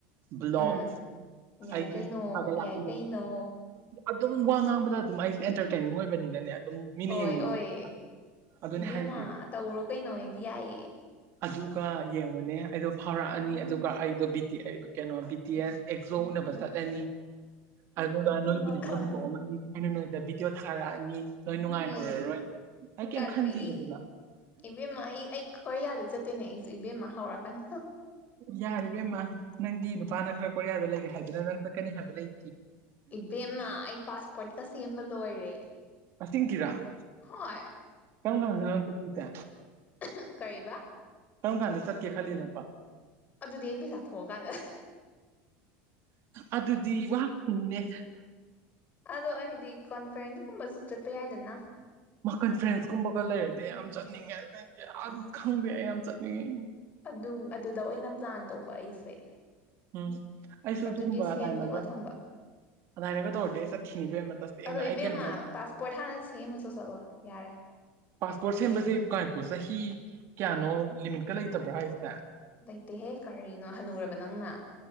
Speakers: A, on the right (about 50°); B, on the left (about 30°).
A: ꯕ꯭ꯂꯣꯛ
B: ꯎꯝ ꯌꯥꯏ
A: ꯑꯩꯒꯤ
B: ꯀꯩꯅꯣ
A: ꯊꯥꯒꯠꯂꯛꯑꯅꯤ
B: ꯌꯥꯏ ꯀꯩꯅꯣ
A: ꯑꯗꯨꯝ ꯋꯥ ꯉꯥꯡꯕꯗ ꯑꯗꯨꯃꯥꯏ ꯑꯦꯟꯇꯔꯇꯦꯟꯅꯤꯡ ꯑꯣꯏꯕꯅꯤꯅꯅꯦ ꯑꯗꯨꯝ ꯃꯤꯅ
B: ꯑꯣꯏꯌꯦ
A: ꯌꯦꯡꯅꯤꯡꯅꯦ
B: ꯑꯣꯏꯌꯦ
A: ꯍꯥꯏꯕ ꯑꯗꯨꯅꯦ
B: ꯏꯕꯦꯝꯃ
A: ꯍꯥꯏꯁꯦ
B: ꯇꯧꯔꯣ ꯀꯩꯅꯣ ꯑꯩꯗꯤ ꯌꯥꯏꯌꯦ
A: ꯑꯗꯨꯒ ꯌꯦꯡꯉꯨꯅꯦ ꯑꯩꯗꯣ ꯐꯥꯎꯔꯛꯑꯅꯤ ꯑꯗꯨꯒ ꯑꯩꯗꯣ ꯕꯤ ꯇꯤ ꯑꯩ ꯀꯩꯅꯣ ꯕꯤ ꯇꯤ ꯑꯦꯁ ꯑꯦꯛꯖꯣ ꯎꯅꯕ ꯆꯠꯂꯅꯤ ꯑꯗꯨꯒ ꯅꯣꯏꯕꯨꯗꯤ
B: ꯋꯥꯈꯜꯁꯦ
A: ꯑꯩꯅ ꯍꯨꯟꯇꯣꯛꯑꯝꯃꯅꯤ ꯑꯩꯅ ꯅꯣꯏꯗ ꯚꯗꯤꯑꯣ ꯊꯥꯔꯛꯑꯅꯤ ꯅꯣꯏ ꯅꯨꯡꯉꯥꯏꯍꯧꯔꯔꯣꯏ
B: ꯎꯝ
A: ꯑꯩ
B: ꯀꯔꯤ
A: ꯀꯦꯝ ꯈꯟꯗꯦ ꯑꯗꯨꯅ
B: ꯏꯕꯦꯝꯃ ꯑꯩ ꯑꯩ ꯀꯣꯔꯤꯌꯥꯗ ꯆꯠꯇꯣꯏꯅꯦ ꯑꯩꯁꯦ ꯏꯕꯦꯝꯃ ꯍꯧꯔꯛꯀꯅꯨ ꯍꯨ
A: ꯌꯥꯔꯦ ꯏꯕꯦꯝꯃ ꯅꯪꯒꯤ ꯅꯨꯄꯥꯅ ꯈꯔ ꯀꯣꯔꯤꯌꯥꯗ ꯂꯩꯔꯦ ꯍꯥꯏꯗꯨꯅ ꯅꯪ ꯆꯠꯀꯅꯤ ꯍꯥꯏꯕ ꯂꯩ
B: ꯏꯕꯦꯝꯅ ꯑꯩ ꯄꯥꯁꯄꯣꯔꯠꯀ ꯁꯦꯝꯕ ꯂꯣꯏꯔꯦ
A: ꯑꯁꯦꯡꯀꯤꯔꯥ ꯀꯔꯝ
B: ꯍꯣꯏ
A: ꯀꯥꯟꯗꯅꯣ ꯅꯪ ꯆꯠꯇꯧꯁꯦ
B: ꯍ ꯀꯔꯤꯕ
A: ꯀꯔꯝ ꯀꯥꯟꯗ ꯆꯠꯀꯦ ꯈꯜꯂꯤꯅꯣꯕ
B: ꯑꯗꯨꯗꯤ ꯑꯩ ꯄꯩꯁꯥ ꯊꯣꯛꯑꯀꯥꯟꯗ
A: ꯑꯗꯨꯗꯤ ꯋꯥ <unintelligible>
B: ꯑꯗꯣ ꯑꯩ ꯍꯥꯢꯗꯤ ꯀꯣꯟꯐꯔꯦꯟꯗꯀꯨꯝꯕꯁꯨ ꯆꯠꯄ ꯌꯥꯏꯗꯅ
A: ꯃꯥ ꯀꯟꯐ꯭ꯔꯦꯟꯁ ꯀꯨꯝꯕꯒ ꯂꯩꯔꯗꯤ ꯌꯥꯝ ꯆꯠꯅꯤꯡꯉꯦ ꯅꯪꯖꯦ ꯌꯥꯝ ꯈꯪꯗꯧ ꯑꯩ ꯌꯥꯝ ꯆꯠꯅꯤꯡꯉꯦ
B: ꯑꯗꯨ ꯑꯗꯨꯗ ꯑꯣꯏꯅ ꯄ꯭ꯂꯥꯟ ꯇꯧꯕ ꯑꯩꯁꯦ
A: ꯎꯝ ꯑꯩꯁꯨ
B: ꯑꯗꯨꯒꯤ
A: ꯑꯗꯨꯒꯨꯝꯕ
B: ꯁꯦꯝꯗꯣꯛꯑ
A: ꯑꯗꯥꯏꯅꯒ
B: ꯊꯝꯕ
A: ꯑꯗꯥꯏꯅꯒ ꯇꯧꯔꯗꯤ ꯆꯠꯈꯤꯅꯤꯕꯦꯝꯃ ꯇꯁꯦꯡꯅ
B: ꯑꯗꯣ
A: ꯑꯩ
B: ꯏꯕꯦꯝꯃ
A: ꯀꯩꯅꯣꯃ
B: ꯄꯥꯁꯄꯣꯔꯠ ꯍꯥꯟꯅ ꯁꯦꯝꯃꯨꯆꯣ ꯆꯠꯂꯣ ꯌꯥꯔꯦ
A: ꯄꯥꯁꯄꯣꯔꯠ ꯁꯦꯝꯕꯁꯦ ꯀꯥꯔꯠꯇꯣ ꯆꯍꯤ ꯀ꯭ꯌꯥꯅꯣ ꯂꯤꯃꯤꯠꯀ ꯂꯩꯇꯕ꯭ꯔꯣ ꯍꯥꯏꯁꯦ
B: ꯂꯩꯇꯦꯍꯦ ꯀꯔꯤꯅꯣ ꯍꯅꯨꯔꯕ ꯅꯪꯅ